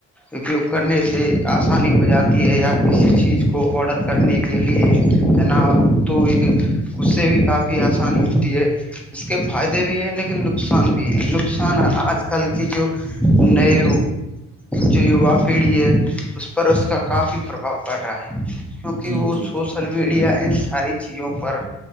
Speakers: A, in the centre; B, on the right.
A: اپیوگ کرنے سے آسانی ہو جاتی ہے یا کسی چیز کو کو آڈر کرنے کے لیے جناب تو اس سے بھی کافی آسانی ہوتی ہے <unintelligible> اس کے فائدے بھی ہیں لیکن نقصان بھی ہے نقصان آج کل کی جو نئے جو یووا پیڑھی ہے اس پر اس کا کافی پرباؤ پڑ رہا ہے کیونکہ
B: جی
A: وہ
B: جی
A: سوشل
B: جی
A: میڈیا ان ساری چیزوں پر